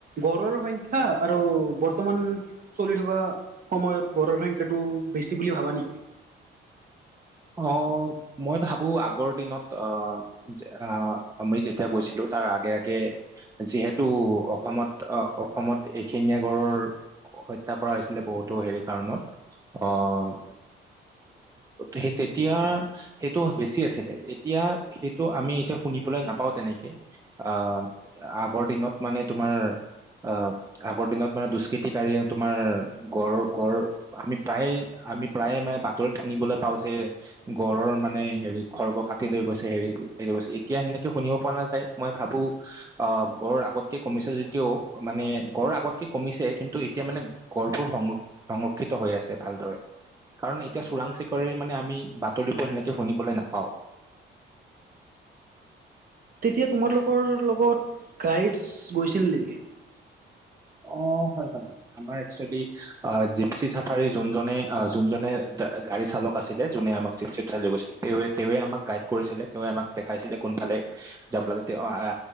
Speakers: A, on the right (about 45°); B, on the right (about 15°).
A: গঁড়ৰ সংখ্যা আৰু বৰ্তমান চলি থকা সময়ত গঁড়ৰ সংখ্যাটো বেছি বুলি ভাবা নেকি?
B: অ', মই ভাবো আগৰ দিনত অ আ, আমি যেতিয়া গৈছিলো তাৰ আগে আগে যিহেতু অসমত আ, অসমত এশিঙীয়া গঁড়ৰ হত্যা কৰা হৈছিলে বহুতো হেৰি কাৰণত অ' সেই তেতিয়া সেইটো বেছি আছিলে এতিয়া সেইটো আমি এতিয়া শুনিবলৈ নাপাওঁ তেনেকে। আ, আগৰ দিনত মানে তোমাৰ আ আগৰ দিনত মানে দুষ্কৃতিকাৰীয়ে তোমাৰ গঁড়ৰ গঁড় আমি প্ৰায়ে, আমি প্ৰায়ে মানে বাতৰিত শুনিবলৈ পাওঁযে গঁড়ৰ মানে হেৰি খৰ্গ কাটি লৈ গৈছে হেৰি <unintelligible> গৈছে, এতিয়া সেনেকে শুনিব পোৱা নাযায় মই ভাবো অ', গঁড় আগতকে কমিছে যদিও মানে গঁড় আগতকে কমিছে কিন্তু এতিয়া মানে গঁড়বোৰ সংৰ সংৰক্ষিত হৈ আছে ভালদৰে, কাৰণ এতিয়া চোৰাং চিকাৰিৰ মানে আমি বাতৰিবোৰ সেনেকে শুনিবলৈ নাপাওঁ।
A: তেতিয়া তোমালোকৰ লগত গাইডছ গৈছিল নিকি?
B: অ', হয়, হয়, হয়। আমাৰ একচুৱেলি আ, জিপছি ছাফাৰী যোনজনে আ, যোনজনে গাড়ী চালক আছিলে যোনে আমাক জিপছিত উঠাই লৈ গৈছিলে। তেওঁৱে - তেওঁৱে আমাক গাইড কৰিছিলে তেওঁৱেই আমাক দেখাইছিলে কোনফালে যাব লাগে তে আ, আ, আ,